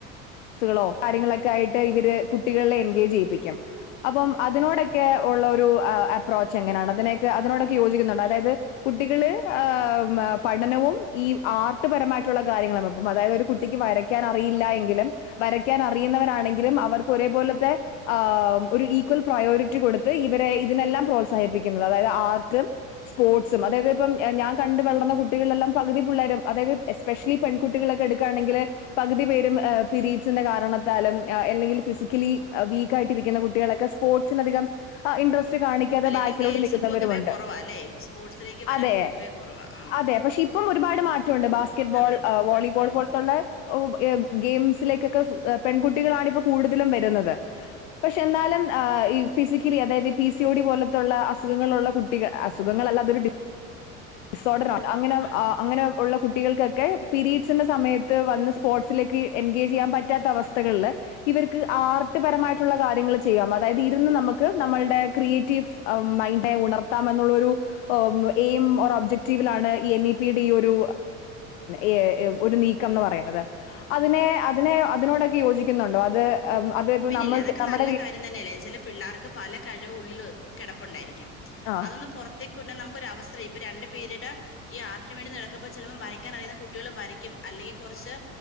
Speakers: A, on the left; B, on the left.
A: സ്ക്ളോകാര്യങ്ങളൊക്കായിട്ട് ഇവര് കുട്ടികളെ എൻഗേജെയ്യിപ്പിക്കും. അപ്പം അതിനോടൊക്കെള്ളൊരു
B: ഉം
A: എങ്ങനാണ് അതിനൊക്കെ അതിനോടൊക്കെ യോജിക്കുന്നുണ്ട് അതായത് കുട്ടികള് ഏഹ് പഠനവും ഈ ആർട്ട് പരമായിട്ടുള്ള കാര്യങ്ങളും അപ്പം അതായതൊരു കുട്ടിക്ക് വര വരയ്ക്കാൻ അറിയില്ല എങ്കിലും വരയ്ക്കാൻ അറിയുന്നവരാണെങ്കിലും അവർക്ക് ഒരേ പോലത്തെ ആഹ് ഒരു ഈക്വൽ പ്രയോറിറ്റി കൊടുത്ത് ഇവരെ ഇതിനെല്ലാം പ്രോത്സാഹിപ്പിക്കുന്നത് അതായത് ആർട്ട് സ്പോർട്സും അതായത് ഇപ്പം ഞാൻ കണ്ട് വളർന്ന കുട്ടികളെല്ലാം പകുതി പിള്ളേരും അതായത് എസ് സ്പെഷലി പെൺകുട്ടികളൊക്കെ എട്ക്കാണെങ്കില് പകുതി പേരും ഏഹ് പിരീഡ്സിന്റെ കാരണത്താലും അല്ലെങ്കി ഫിസിക്കലി വീക്കായിട്ടിരിക്കുന്ന കുട്ടികളൊക്കെ സ്പോർട്സിനധികം ഇൻട്രസ്റ്റ് കാണിക്ക ക്കാതെ
B: അല്ലേലും
A: ബാക്കിലോട്ട്
B: ഗേൾസ്
A: നികുന്നവരുമുണ്ട്
B: പൊതുവേ കൊറവാ അല്ലേ സ്പോർട്സിലേക്ക് വരാൻ
A: അതേ
B: പൊതുവേ കൊറവാ ആഹ്
A: അതേ പക്ഷെ ഇപ്പം ഒരുപാട് മാറ്റൊണ്ട് ബാസ്ക്കറ്റ്ബോൾ
B: ആഹ് മാറ്റമുണ്ട്
A: വോളിബോൾ
B: ആഹ്
A: പോലത്തുള്ള എം ഗെയിംസിലേക്കൊക്കെ പെൺകുട്ടികളാണ് ഇപ്പോ കൂടുതലും വരുന്നത്. പക്ഷെ എന്നാലും ഈ ഫിസിക്കലി അതായത് പി സി ഒ ഡി പോലെ തുള്ള അസുഖങ്ങളുള്ള കുട്ടികൾ അസുഖങ്ങളല്ല അതൊരു ഡി സോർഡറാ അങ്ങനെ
B: ആഹ്
A: അങ്ങനെ ഉള്ള കുട്ടികൾക്കൊക്കെ പീരീഡ്സിന്റെ സമയത്ത് സ്പോർട്സിലേക്ക് എൻഗേജ് ചെയ്യാൻ പറ്റാത്ത അവസ്ഥകള് ഇവർക്ക് ആർട്ട്പരമായി ട്ടുള്ള കാര്യങ്ങൾ ചെയ്യാംഅതായത് ഇരുന്ന് നമുക്ക് നമ്മളുടെ ക്രിയേറ്റീവ് മൈൻഡെ ഉണർത്താ എന്നുള്ളരു ഓം <unintelligible> ഒറ ഒബ്ജക്ടീവിലാണ് ഈ എൻ ഇ പി യുടെ ഈ ഒരു ഏഹ് നീക്കംഎന്ന് പറയുന്നത്
B: ഉം
A: അതിന് അതിനെ അതിനോടൊക്കെ യോജിക്കുന്നുണ്ടോ അത് അത് ഇപ്പോ
B: പിന്നല്ലേ
A: നമ്മൾ
B: അതൊക്കെ
A: നമ്മുടെ
B: നല്ല
A: വീ
B: കാര്യം തന്നെയല്ലേ ചില പിള്ളേർക്ക് പല കഴിവ് ഉള്ളിൽ കെടപ്പുണ്ടായിരിക്കും
A: ആഹ്
B: അതൊന്ന് പൊറ ത്തികൊണ്ട് നമുക്കൊരവസരം ഇപ്പോൾ രണ്ട് പിരീട് ഈ ആർട്ടിവേണ്ടിക്ക് ചെലപ്പോ വരക്കനറിയുന്ന കുട്ടികൾ വരയ്ക്കും അല്ലെങ്കിൽ കൊറച്ച്